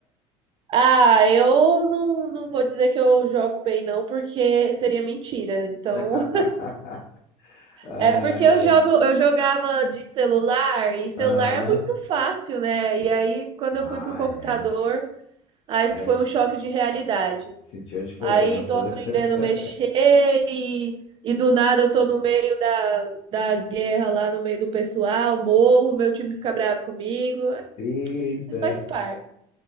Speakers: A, on the right; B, on the left.
A: Ah, eu não, não vou dizer que eu jogo bem, não, porque seria mentira. Então,
B: <laughs> Ah,
A: É porque eu jogo, eu jogava de celular e celular
B: Aham.
A: é muito fácil, né? E aí quando
B: Ah,
A: eu fui pro computador,
B: é.
A: aí
B: Aí,
A: foi um choque de realidade.
B: sentiu a diferença.
A: Aí tô aprendendo
B: <laughs>
A: a mexer e, e do nada eu tô no meio da, da guerra lá no meio do pessoal, morro, meu time fica bravo comigo, É,
B: Eita.
A: mas faz parte.